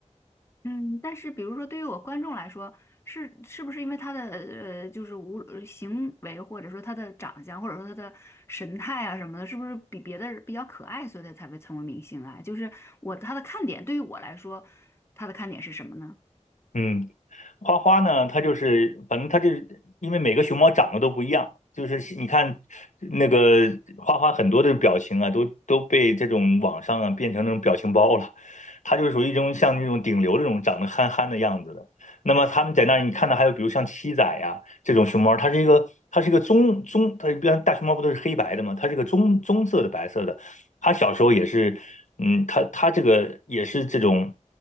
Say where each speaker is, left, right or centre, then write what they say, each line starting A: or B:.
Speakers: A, on the left (about 20°); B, on the left (about 75°).
A: 嗯，但是比如说，对于我观众来说，是是不是因为他的呃，就是无呃行为，或者说他的长相，或者说他的神态啊什么的，是不是比别的人比较可爱，所以他才会成为明星啊？就是我他的看点，对于我来说，他的看点是什么呢？
B: 嗯，花花呢，它就是反正它就是因为每个熊猫长得都不一样，就是你看那个花花很多的表情啊，都都被这种网上啊变成那种表情包了。它就是属于一种像那种顶流这种长得憨憨的样子的。那么他们在那儿，你看到还有比如像七仔呀、这种熊猫，它是一个它是一个棕棕，它一般大熊猫不都是黑白的吗？它是一个棕棕色的白色的，他小时候也是，嗯，他他这个也是这种，